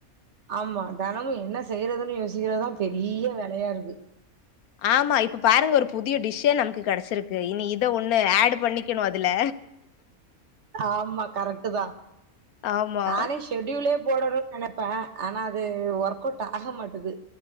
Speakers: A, on the right; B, on the left.
A: ஆமா தெனமு என்ன செய்யறதுன்னு யோசிக்கிறது தான் பெரிய வேலயா இருக்கு
B: ஆமா இப்ப பாருங்க ஒரு புதிய டிஷ்ஷே நமக்கு கடைச்சிருக்கு இனி இ ந்த ஒண்ணு அடு பண்ணிக்கணு அதுல
A: ஆமா கரெக்ட்டு தா
B: ஆமா
A: நானே ஷெடியூலே போடறு நெனப்பே ஆனா அது ஒர்க் அவுட் ஆக மாட்டுது